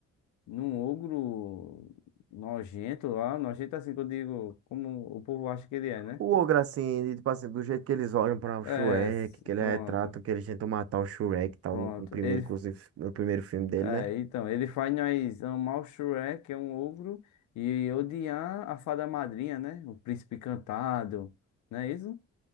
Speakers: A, on the left; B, on the right.
A: num ogro nojento lá, nojento assim que eu digo, como o povo acha que ele é, né?
B: O ogro, assim, de- tipo assim, do jeito que eles olham pra o
A: É,
B: Shrek,
A: s-
B: que eles
A: pronto,
B: retratam, que eles tentam matar o Shrek e tal,
A: pronto.
B: no, no primeiro,
A: Ele.
B: inclusive, no primeiro filme dele,
A: É,
B: né?
A: então, ele faz nós amar o Shrek, que é um ogro, e odiar a fada madrinha, né? O príncipe encantado, não é isso?